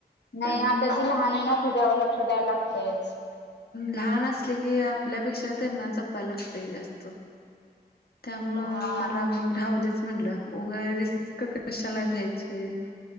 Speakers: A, on the left (about 85°); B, on the left (about 65°).
A: नाही
B: त्यामुळं
A: आता ती लहान आहे ना तिच्यावर लक्ष द्यायला लागतयच
B: लहान असले की आपल्यापेक्षा त्यांना जपायला लागतय जास्त त्यामुळ
A: हा.
B: मला मग राव देच म्हटलं वगं रिस्क कशाला घ्यायचे